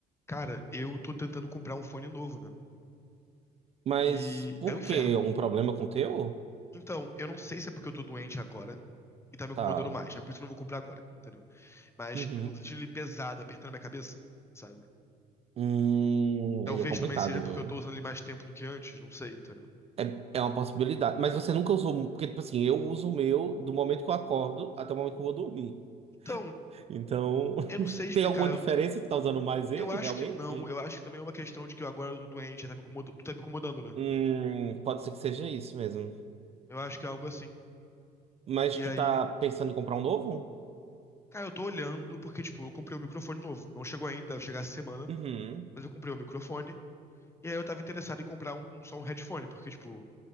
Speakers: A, on the left; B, on the right.
A: Cara, eu tô tentando comprar um fone novo, né?
B: Mas
A: E
B: por
A: é um inferno.
B: quê? Algum problema com o teu?
A: Então, eu não sei se é porque eu tô doente agora e tá me incomodando
B: Tá.
A: mais. É por isso que eu não vou comprar agora, entendeu? Mas
B: Uhum.
A: eu tô sentindo ele pesado, apertando minha cabeça, sabe?
B: Hum,
A: Talvez
B: aí é complicado,
A: também seja porque
B: viu?
A: eu tô usando ele mais tempo do que antes, não sei, entendeu?
B: É, é uma possibilidade. Mas você nunca usou. mu- Porque, tipo assim, eu uso o meu do momento que eu acordo até o momento que eu vou dormir.
A: Então,
B: Então, <laughs>
A: eu não sei explicar.
B: tem alguma
A: Eu,
B: diferença?
A: t-
B: que tá usando mais ele,
A: eu acho
B: realmente?
A: que não. Eu acho que também é uma questão de que eu agora tô doente, tá me incomodando, tá me incomodando, né?
B: Hum, pode ser que seja isso mesmo.
A: Eu acho que é algo assim.
B: Mas
A: E
B: tu
A: aí,
B: tá pensando em comprar um novo?
A: cara, eu tô olhando porque, tipo, eu comprei um microfone novo. Não chegou ainda, deve chegar essa semana.
B: Uhum.
A: Mas eu comprei o microfone. E aí eu tava interessado em comprar um, um- só um headphone, porque, tipo,